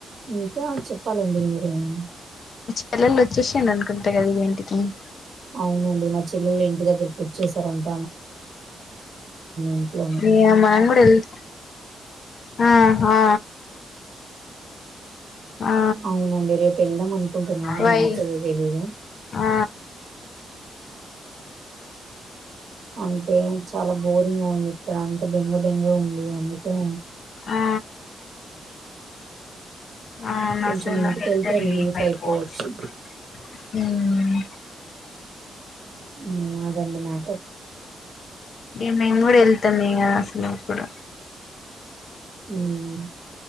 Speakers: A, on the right; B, on the left.
A: ఇంకా చెప్పాలండి మీరేమీ.
B: <inaudible> చూశాన్ అనుకుంట కదా ఇవంటి. ఉమ్.
A: అవునండి మా చెల్లెలు ఇంటి దగ్గరకి వచ్చేసారంట్. ఇంట్లోనే
B: ఇగ మనం గుడ్. తెల్స్. ఆ ఆ. ఆ
A: అవునండి రేపు వెళ్దాం అనుకుంటున్నా
B: వై
A: ఏమైతేదో తెలీదు.
B: ఆ.
A: అంటే చాలా బోరింగ్ గా ఉంది ఇక్కడ, అంత బెంగ బెంగ ఉంది అందుకే.
B: ఆ <unintelligible>
A: కొంచెం ఇంటికెళ్తే రిలీఫ్ అయిపోవచ్చు
B: ఉమ్
A: ఉమ్ అదండి మ్యాటర్
B: ఇగ మేము కూడా వెళ్తాం ఇగ అసలు కూడా
A: మ్మ్